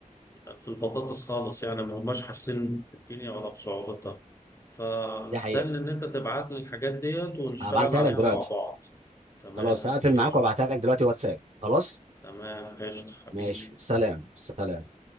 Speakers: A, on the left; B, on the right.
A: في البطاطس خالص يعني ما هماش حاسين بالدنيا ولا بصعوبتها فمستني
B: دي حقيقة
A: إن أنت تبعت لي الحاجات ديت ونشتغل
B: هبعتها
A: عليها
B: لك دلوقتي
A: مع بعض تمام
B: خلاص هقفل
A: ماشي
B: معاك وابعتها لك دلوقتي واتساب خلاص
A: تمام قشطة حبيبي
B: ماشي سلام سلام